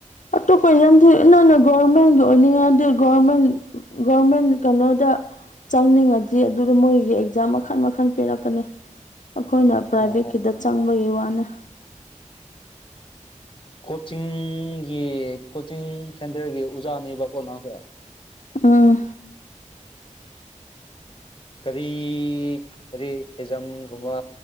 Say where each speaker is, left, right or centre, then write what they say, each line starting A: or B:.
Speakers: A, on the left; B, on the left.
A: ꯑꯇꯣꯞꯄ ꯑꯦꯛꯖꯥꯝꯗꯤ ꯅꯪꯅ ꯒꯣꯕꯔꯃꯦꯟꯒꯤ ꯑꯣꯏꯅꯤꯡꯉꯗꯤ ꯒꯣꯕꯔꯃꯦꯟ ꯒꯣꯔꯃꯦꯟ ꯀꯩꯅꯣꯗ ꯆꯪꯅꯤꯡꯉꯗꯤ ꯑꯗꯨꯗ ꯃꯣꯏꯒꯤ ꯑꯦꯛꯖꯥꯝ ꯃꯈꯟ ꯃꯈꯜ ꯄꯤꯔꯛꯀꯅꯤ ꯑꯩꯈꯣꯏꯅ ꯄ꯭ꯔꯥꯏꯚꯦꯠꯀꯤꯗ
B: ꯑꯣ
A: ꯆꯪꯕꯒꯩ ꯋꯥꯅꯦ
B: ꯀꯣꯆꯤꯡꯒꯤ ꯀꯣꯆꯤꯡ ꯁꯦꯟꯇꯔꯒꯤ ꯑꯣꯖꯥꯅꯦꯕꯀꯣ ꯅꯪꯁꯦ
A: ꯑꯥ
B: ꯀꯔꯤ ꯀꯔꯤ ꯑꯦꯖꯝꯒꯨꯝꯕ